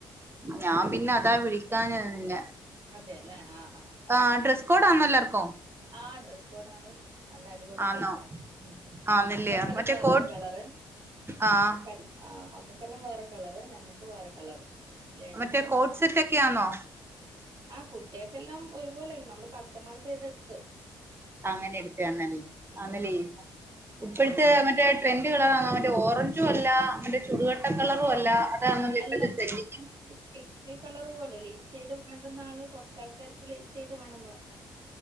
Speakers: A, on the right; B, on the right.
A: ഞാം പിന്നെ അതാ വിളിക്കാഞ്ഞതന്നെ
B: അതെല്ലേ ആഹ് ആഹ്
A: ആഹ് ഡ്രസ് കോഡാന്നോ എല്ലാർക്കും
B: ആഹ് ഡ്രസ് കോഡാന്ന് നല്ല അടിപൊളി
A: ആന്നോ
B: ഡ്രസ്സാണ്. ഉം
A: ആന്നില്ലയോ
B: മക്കക്കെല്ലാം
A: മറ്റേ
B: വേറൊരു
A: കോട്ട്
B: കളറ്
A: ആഹ്
B: ക ആഹ് മക്കക്കെല്ലാം വേറൊര് കളറ് ഞമ്മക്ക് വേറെ കളറ് ലേഡീസിന്
A: മറ്റേ കോഡ് സെറ്റ് ഒക്കെയാണോ
B: ആഹ് കുട്ടിയേക്കെല്ലാം ഒരുപോലെ നമ്മള് കസ്റ്റമൈസെയ്‌തെടുത്ത്
A: അങ്ങനേട്ത് ആഹ് ന്നെൽ ആന്നല്ലേ
B: ഉം
A: ഇപ്പഴത്തേ ആഹ് മറ്റേ ട്രെൻഡ് കളറാന്നോ മറ്റേ ഓറഞ്ചും അല്ല മറ്റേ ചുടുകട്ട കളറും അല്ല അതാണല്ലോ ഇപ്പോഴത്തെ
B: എല്ലാം
A: ട്രെൻഡിങ്
B: <unintelligible> പേസ്റ്റൽ കളറ് പോലെ ലൈറ്റ് ഷൈഡ് വേണ്ടന്നാണ് കൊറച്ചാൾക്കാര് ലൈറ്റ് ഷൈഡ് വേണംന്ന് പറഞ്ഞ്.